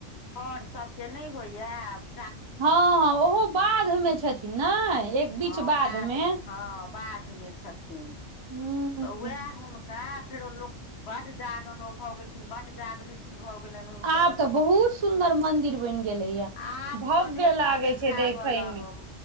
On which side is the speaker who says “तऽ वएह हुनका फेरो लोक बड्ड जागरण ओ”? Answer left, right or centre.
Left